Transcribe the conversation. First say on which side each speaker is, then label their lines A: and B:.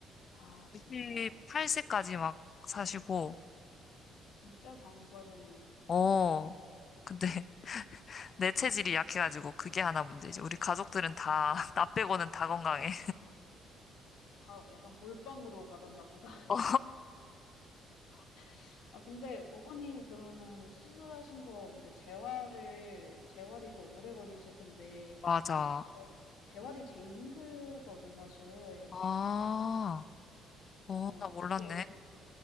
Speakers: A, on the left (about 65°); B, on the left (about 45°).
A: 아 진짜.
B: 98세까지 막 사시고,
A: 진짜 장수하셨네.
B: 어. 근데 <laughs> 내 체질이 약해가지고 그게 하나 문제지. 우리 가족들은 다, <laughs> 나 빼고는 다 건강해.
A: 다 약간 몰빵으로 받았나 보다.
B: <laughs> 어,
A: <laughs> 아, 근데 어머니 그러면은 수술하신 거 이제 재활을, 재활이 또 오래 걸리실 텐데,
B: 맞아.
A: 재- 재활이 제일 힘들거든, 사실.
B: 아, 어,
A: 어,
B: 나 몰랐네.
A: 그게